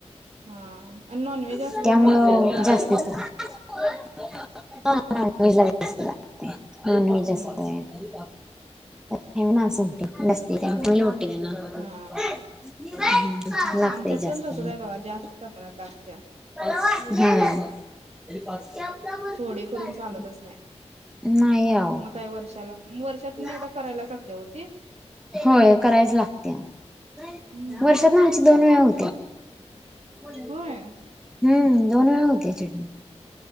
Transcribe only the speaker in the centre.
<unintelligible>
त्यामुळं
जास्त
<unintelligible> हा नॉनव्हेज ला जास्त लागते नॉनव्हेज
असतय. <unintelligible>
<unintelligible> लागतय
जास्त.
<unintelligible> हा <unintelligible>
नाही आवो
<unintelligible>
होय करायच लागत्या
वर्षातनं आमची दोन वेळा हो <unintelligible>
हम्म दोन वेळा होते चटणी